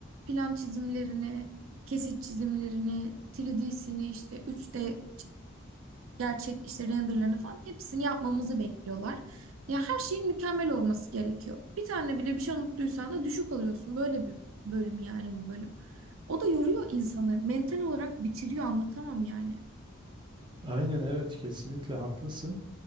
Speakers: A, on the right (about 75°); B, on the right (about 25°).
A: plan çizimlerini, kesit çizimlerini, 3D'sini, işte 3D gerçek işte renderlarını falan hepsini yapmamızı bekliyorlar. Ya her şeyin mükemmel olması gerekiyor. Bir tane bile bir şey unuttuysan da düşük alıyorsun. Böyle bir bölüm yani bu bölüm. O da yoruyor insanı. Mental olarak bitiriyor anlatamam yani.
B: Aynen evet kesinlikle haklısın.